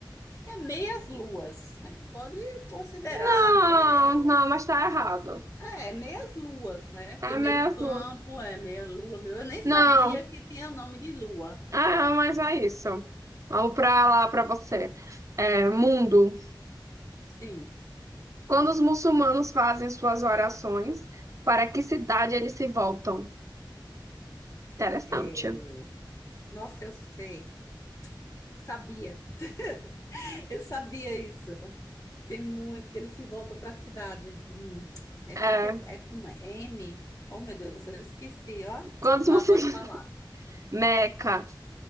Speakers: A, on the left (about 45°); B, on the right (about 40°).
A: É meias luas. A gente pode considerar,
B: Não,
A: né? É,
B: não, mas tá errado.
A: é, é meias luas, né? Porque
B: É
A: meio
B: mesmo?
A: campo é meia lua. Meu, eu nem sabia
B: Não.
A: que tinha nome de lua.
B: Ah, mas é isso. Vamos pra lá, pra você. É, mundo.
A: Sim.
B: Quando os muçulmanos fazem suas orações, para que cidade eles se voltam? Interessante.
A: é, Nossa, eu sei. Sabia, <laughs> eu sabia isso. Tem muito que ele se volta para a cidade. de- hum, né?
B: É,
A: Será que é, é com M? Oh, meu Deus, eu esqueci, ó.
B: quantos
A: Vá,
B: você.
A: pode falar.
B: Meca.